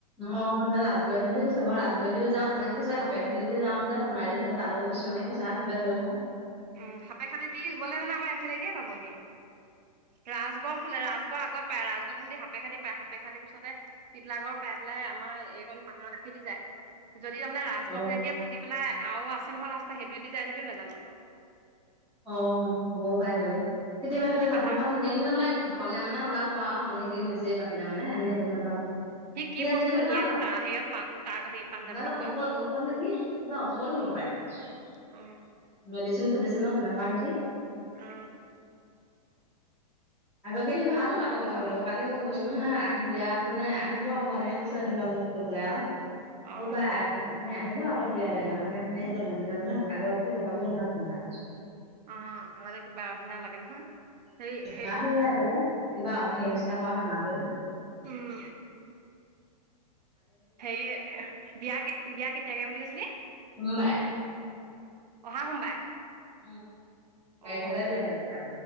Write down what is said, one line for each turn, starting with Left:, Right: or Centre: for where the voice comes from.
Centre: অ', এ বুলি কৈছে বাৰ ৰাজগড় দি যাওঁ মেক কি কৈছে <unintelligible> যা বোলে সোনাৰিদি তালো। <unintelligible> গৈ থাকো
Right: উ খাপেখাটিদি গ'লে মানে আমাৰ এইফালেদিয়ে পাবহি। ৰাজগড় ফালে ৰাজগড় আগত পায় ৰাজগড় ফালেদি সাপে খাদি পায় সাপে খাটিৰ পিছতে তিলা গড় পাই পেলাই আমাৰ এইকন পাহাৰৰ কাষেদি যায় যদি ৰাজগড়
Centre: অ
Right: ফালেদি ফাটি পেলাই আৰু আছে নহয় ৰাস্তা সেইটোৱেদি যায় যদিও নাজানো।
Centre: <unintelligible> পাই যালে কেতিয়াবা এইফালে
Right: যদি
Centre: যাবও
Right: পাহাৰ
Centre: পৰা হলে মানে গলে মানে ওলাব আৰু। নিজে পাতিলে মানে এনে গম নাপালো।
Right: কি
Centre: সি আজিকালি
Right: বস্তু
Centre: ভাল
Right: নিয়েনো
Centre: হয়
Right: তাৰ সেয়া তাৰ সেই পাঞ্জাবাৰী
Centre: জানো
Right: খনৰ
Centre: ঔষধ-ঔষধ নেকি কিবা ঔষধ হল। মেডিচিন
Right: অ
Centre: চেডিচনৰ তেনেকুৱা নেকি?
Right: অ,
Centre: আগতকে সি ভাল হ'ল আকৌ কথা পাতাব কালি মই গৈছো নহয় আহিম বিয়াত মানে আহিব আক এনেকৈছে যেনিবা মোক। মোক কৈ পেলাই আৰু
Right: অ
Centre: কোনবা আপুনি আহিব আকৌ বিয়ালৈ নহাকে নাথাকিব। <unintelligible> আগত কথাবোৰ ভাল না
Right: অ' আগতে কিবা হ লাগে নহা সেই এ
Centre: মায়ে আগতে কিবা অভি হেৰি নিচিনা পাও নেমাতুৱ।
Right: উম হে বিয়া কে বিয়া কেতিয়াকে বুলি কৈছিলি?
Centre: সোমবাৰে
Right: অহা সোমবাৰে।
Centre: উম, বাৰিষাতে
Right: অ
Centre: বিয়া পাতিছে আৰু